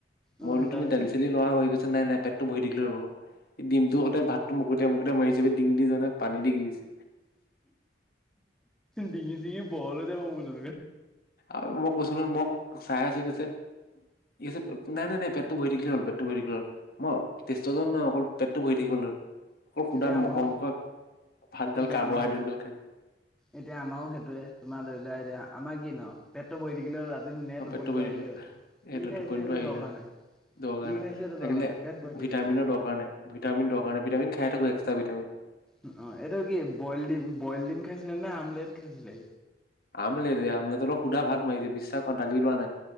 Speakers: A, in the centre; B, on the left.
A: উম
B: মই বোলো
A: তাৰপিছত
B: তুমি দালি চালি লোৱা হৈ গৈছে নাই নাই পেটটো বহি থাকিলে ৰ'ল সি ডিমটো সৈতে ভাত এতিয়া মোকতাই মাৰিছে ডিঙিত ধৰি যায় পানী দি গিলিছে।
A: ডিঙি চিঙি বহল যাব বোলো
B: আৰু মই কৈছো নহয় মোক চাই আছে কৈছে সি কৈছে নাই নাই নাই পেটতো ভৰি থাকিলে হ'ল পেটতো ভৰি থাকিলে হ'ল। মই তেষ্টজন নাই অকল পেটটো ভৰি থাকিব লাগল অকল সুধা
A: এতিয়া
B: মকৰ
A: আমাৰ
B: মকৰ ভাত গাল
A: এতিয়া
B: কাৰ্বহাইড্ৰেট
A: আমাৰ
B: গাল খাই।
A: এতিয়া আমাৰও সেইটোয়ে তোমাৰ ধৰি লোৱা এতিয়া আমাৰ কি ন পেটটো বহি থাকিলেও ৰাতি ধুনীয়াকে
B: অ',
A: টোপনিটো
B: পেটটো <unintelligible>
A: আহিলে হ'ল। কি
B: এইটো
A: খাইছে
B: টোপনিটো আহিলে
A: দৰকাৰ
B: আৰু।
A: নাই
B: দৰকাৰ
A: কি
B: নাই
A: খাইছে এইটো দৰকাৰ
B: লাগিলে
A: নাই পেট ভৰাই থাকিলে
B: ভিটামিনৰ
A: হ'ল।
B: দৰকাৰ নাই ভিটামিন দৰকাৰ নাই ভিটামিন খাই থাকো এক্স্ৰা ভিটামিন।
A: উম, অ' এটোও কি বইল ডিম-বইল ডিম খাইছিলে নে আমলেট খাইছিলে?
B: আমলেত আমলেটৰ লগত সোধা ভাত মাৰিছে বিশ্বাস কৰা দালি লোৱা নাই।